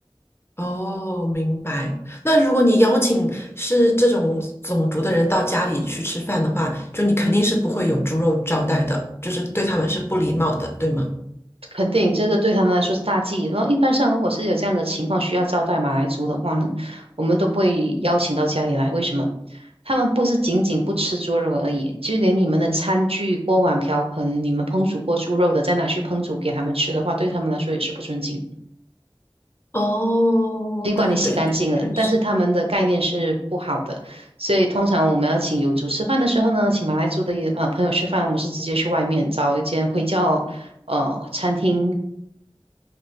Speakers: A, on the left; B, on the right.
A: 哦，明白。那如果你邀请是这种种族的人到家里去吃饭的话，就你肯定是不会有猪肉招待的，就是对他们是不礼貌的，对吗？
B: 肯定这个对他们来说是大忌。然后一般上，如果是有这样的情况需要招待马来族的话呢，我们都不会邀请到家里来。为什么？他们不是仅仅不吃猪肉而已，就连你们的餐具、锅碗瓢盆，你们烹煮过猪肉的，再拿去烹煮给他们吃的话，对他们来说也是不尊敬。
A: 哦，
B: 尽管你洗干净了，
A: 对对对，这个确实。
B: 但是他们的概念是不好的。所以通常我们要请友族吃饭的时候呢，请马来族的也呃朋友吃饭，我们是直接去外面找一间会叫呃餐厅。